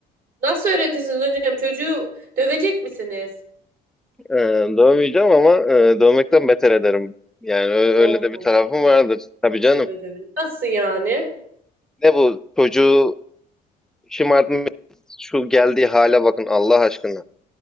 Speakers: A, on the right (about 80°); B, in the centre.
A: Nasıl öğretirsiniz hocam? Çocuğu dövecek misiniz?
B: Ee, dövmeyeceğim ama e, dövmekten beter ederim. Yani ö-
A: Olmaz.
B: öyle de bir tarafım vardır. Tabii canım.
A: Evet evet. Nasıl yani?
B: Ne bu çocuğu şımartmış şu geldiği hale bakın Allah aşkına.